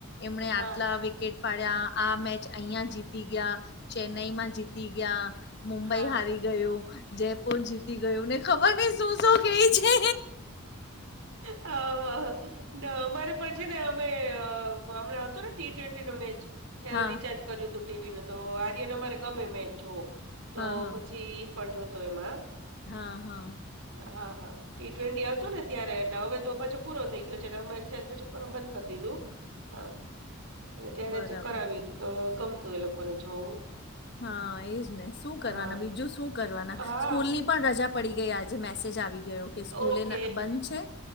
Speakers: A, on the left (about 50°); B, on the right (about 85°).
A: એમણે
B: હા
A: આટલા વિકેટ પાડ્યા, આ મેચ અહિયાં જીતી ગયા. ચેન્નઈમાં જીતી ગયા, મુંબઈ
B: હા
A: હારી ગયું, જયપુર જીત તી ગયું, ને ખબર નહીં શું-શું કેઈ છે.
B: અહ ને અમારે પણ <unintelligible> અમે હમણાં હતો ને ટી ટ્વેન્ટી નો મેચ, ત્યારે
A: હા
B: રીચાર્જ કર્યું તું ટીવી નું, તો આર્યન અમારે ગમે મેચ જોવો, તો
A: હા હા
B: પછી પણ જોતો એમાં
A: હા, હા.
B: હા, હા. ટી ટ્વેન્ટી હતો ને ત્યારે એટલે હવે તો પાછો પૂરો થઈ ગયો છે, એટલે અમે રિચાર્જ પછી કરવાનો બંધ કર દીધું. હા. અને ત્યારે
A: બરાબર
B: જ કરાવી હતી, તો ગમતું એ લોકોને જોવું.
A: હા એજ ને શું કરવાના,
B: હા
A: બીજું શું કરવાના?
B: હા
A: સ્કૂલ ની પણ રજા પડી ગઈ આજે, મેસેજ આવી ગયો કે સ્કૂલે
B: ઓકે
A: બંધ છે.